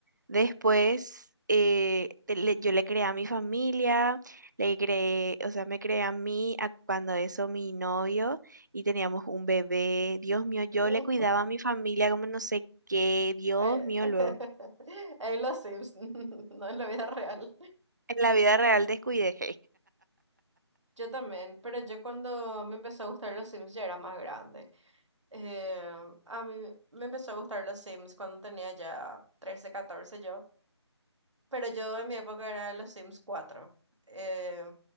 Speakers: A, on the right (about 40°); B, on the right (about 90°).
A: Después eh, te- le- yo le creé a mi familia, le creé, o sea, me creé a mí, a cuando eso mi novio, y teníamos un bebé. Dios mío, yo
B: Mm,
A: le cuidaba
B: <laughs>
A: a mi familia como no sé qué, Dios
B: Eh,
A: mío,
B: <laughs>
A: luego.
B: En los Sims, <laughs> no en la vida real.
A: En la vida real descuidé.
B: Yo también, pero yo cuando me empezó a gustar los Sims ya era más grande. Eh, a mí me empezó a gustar los Sims cuando tenía ya 13 14 yo. Pero yo en mi época era los Sims cuatro Eh,